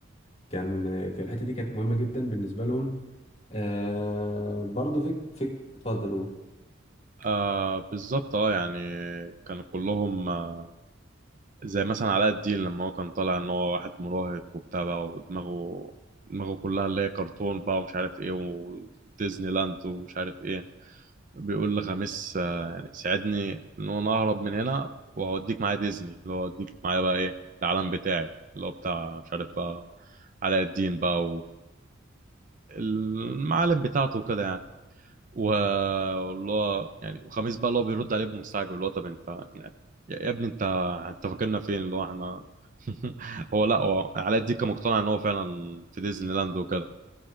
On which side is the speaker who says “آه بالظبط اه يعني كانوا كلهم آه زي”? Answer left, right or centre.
Right